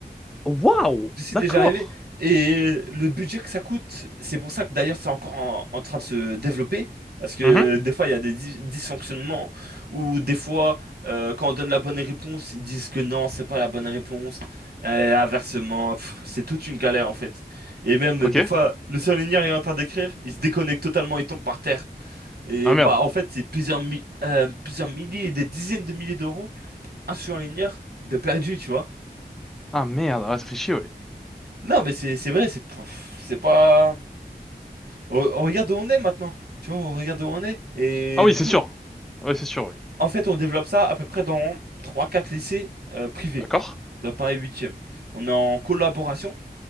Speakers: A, in the centre; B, on the right.
A: Waouh!
B: C'est
A: D'accord.
B: déjà arrivé. Et le budget que ça coûte, c'est pour ça que d'ailleurs c'est encore en, en train de se développer. Parce que
A: Mhm.
B: des fois il y a des dis- dysfonctionnements, ou des fois euh, quand on donne la bonne réponse, ils disent que non, c'est pas la bonne réponse. Et inversement, pff, c'est toute une galère en fait. Et même
A: Ok.
B: des fois, le surligneur est en train d'écrire, il se déconnecte totalement, il tombe par terre. Et
A: Ah
B: bah
A: merde.
B: en fait, c'est plusieurs, mi- euh, plusieurs milliers, des dizaines de milliers d'euros, un surligneur de perdu, tu vois.
A: Ah merde, ah, ça fait chier, ouais.
B: Non, mais c'est c'est vrai, c'est pff, c'est pas. On, on regarde où on est maintenant. Tu vois, on regarde où on est. Et
A: Ah oui,
B: du
A: c'est
B: coup,
A: sûr. Ouais, c'est sûr, oui.
B: en fait, on développe ça à peu près dans trois quatre lycées euh, privés
A: D'accord.
B: dans Paris huitième. On est en collaboration.